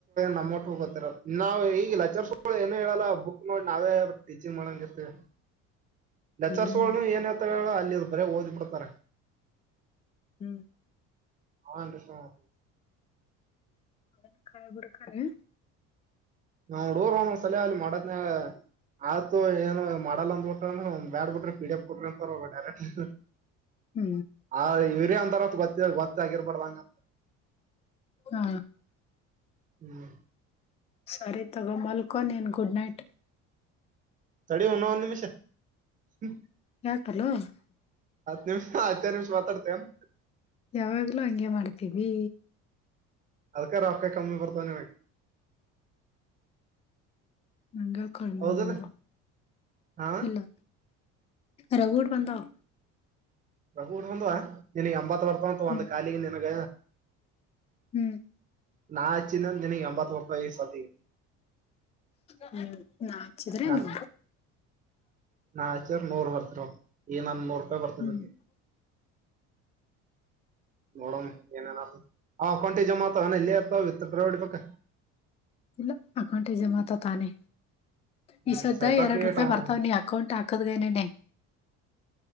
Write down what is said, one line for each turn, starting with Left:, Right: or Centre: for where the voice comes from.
Right: ನಮ್ಮಟ್ಟು ಗೊತ್ತೀರಲ್ಲಾ ನಾವು ಈಗಲೆಚರ್ ಏನು ಹೇಳಲ್ಲ ಬುಕ್ಕ್ ನೋಡಿ ನಾವೇ ಟೀಚಿಂಗ್ ಮಾಡಂಗ ಇರ್ತೀವಿ. ಲೆಚ್ಚರ್ಸ್ಗುಳುನು
Left: ಹ್ಮ್
Right: ಏನ ಹೇಳತಾರ ಹೇಳ ಅಲ್ಲಿದ ಬರೆ ಓದಿ ಬಿಡ್ತಾರ.
Left: ಹು
Right: ಅವಾ ಅಂಟಿಷಾರ.
Left: ಅದನ್ನು ಕರೆ ಬಿಡ ಕರೆ.
Right: ಯಾಡೂರಾನಸಾಲೆ ಅಲ್ಲಿ ಮಾಡಹೊತ್ಯಾಗ ಆಯ್ತು ಏನ್. ಮಾಡಲ್ಲಾ ಅಂದ ಬಿಟ್ಟ ಬ್ಯಾಡ್ ಬಿಡ್ರಿ ಪಿಡಪ್ ಕೊಟ್ರಿ ಅಂತಾರ ಅವರು ಡೈರೆಕ್ಟ್.
Left: ಹು
Right: ಆ ಇವರೇ ಅಂತಾರಂತ ಗೊತ್ತಿರ ಗೊತ್ತ ಆಗಿರ್ಬಾರಡ್ದಂಗ.
Left: ಹಾ
Right: ಹ್ಮ್
Left: ಸರಿ ತಗೊ ಮಲ್ಕೊ ನಿನ ಗುಡ್ ನೈಟ್.
Right: ತಡಿಅಣ್ಣಾ ಒನ್ನ ನಿಮಷ ಹು.
Left: ಯಾಕಲ್ಲೋ.
Right: ನಿಮ್ಮ ಹತ್ತೇ ನಿಮಿಷ ಮಾತಾಡ್ತೇನೆ.
Left: ಯಾವಾಗ್ಲೂ ಹಂಗೆ ಮಾಡ್ತೀದಿ.
Right: ಅದಕ್ಕ ರೊಕ್ಕಾ ಕಮ್ಮಿ ಬರ್ತಾವ ನಿನಗ.
Left: ನಂಗೆ ಕಡಿಮೆ
Right: ಹೌದಿಲ್ಲ
Left: ಬಂದಾವು
Right: ಹಾ
Left: ಇಲ್ಲಾ ರಗುಡ ಬಂದಾವ.
Right: ರಗುಡ ಒಂದ್ವ ನಿನಗ ಎಂಬತ ಬರತಾವಂತ
Left: ಹ್ಮ್
Right: ಒಂದ ಕಾಲಿಗೆ ನಿನಗ.
Left: ಹ್ಮ್
Right: ನಾ ಹಚ್ಚಿದಿನಂತ್ ನಿನಗ ಎಂಬತ್ತ್ ಬರತ್ತಾವ ಈ ಸದ್ದ್ ಈಗ
Left: ಹ್ಮ್ ನಾ ಹಚ್ಚಿದ್ರೆ
Right: ನಾನ್
Left: ನಮ್ಮ
Right: ನಾ ಹಚ್ಚಿದ್ರ್ ನೂರ್ ಬರ್ತವ ಈಗ ನಂದ ನೂರು ರೂಪಾಯಿ ಬರ್ತದ
Left: ಹ್ಮ್
Right: ಈಗ <inaudible> ನೋಡೋಮ್ಮ ಏನೇನ್ ಆತದ್ ಅವ್ ಅಕೌಂಟಿಗ ಜಮಾತವೇನ ಎಲ್ಲೇ ಇರ್ತವ ವಿಥ್ ಡ್ರಿ ಹೊಡಿಬೇಕ
Left: ಇಲ್ಲ ಅಕೌಂಟಿಗ್ ಜಮಾತ ತಾನೆ ಈ
Right: ಹ್ಮ್
Left: ಸದ್ದ
Right: ಸೈತಾಕ್
Left: ಎರಡ್ ರೂಪಾಯಿ
Right: ಏಟ್ ಅವ
Left: ಬರ್ತವ ನೀ ಅಕೌಂಟ್ ಆ ಕ್ಕದರನೆನೆ